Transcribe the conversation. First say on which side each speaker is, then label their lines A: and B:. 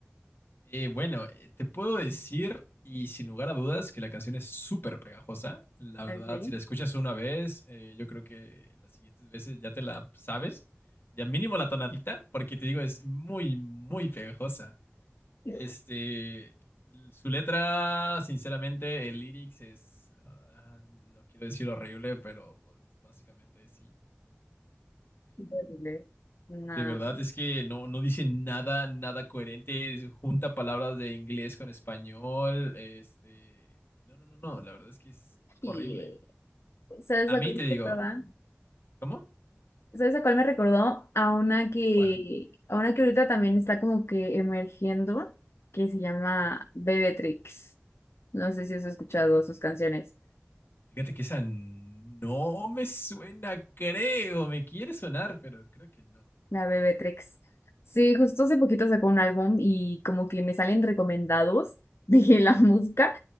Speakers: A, on the left (about 50°); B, on the left (about 65°).
A: Eh, bueno, eh, te puedo decir, y sin lugar a dudas, que la canción es súper pegajosa. La verdad,
B: Okay.
A: si la escuchas una vez, eh, yo creo que las siguientes veces ya te la sabes, ya mínimo la tonadita, porque te digo, es muy, muy pegajosa.
B: Sí,
A: Este, su letra, sinceramente, el lyrics es, ah, no quiero decir horrible, pero pues, básicamente sí.
B: Horrible. No.
A: De verdad es que no, no dice nada, nada coherente, es- junta palabras de inglés con español, este, no, no, no, no, la verdad es que es horrible.
B: Y, o sea, esa
A: A mí
B: cosa,
A: te digo,
B: ¿verdad?
A: ¿cómo?
B: ¿Sabes a cuál me recordó? A una que,
A: ¿Cuál?
B: a una que ahorita también está como que emergiendo, que se llama Bebetrix. No sé si has escuchado
A: Beatrix.
B: sus canciones.
A: Fíjate que esa no me suena, creo, me quiere sonar, pero creo que no.
B: La Bebetrix. Sí, justo hace poquito sacó un álbum y como que me salen recomendados <laughs> de la música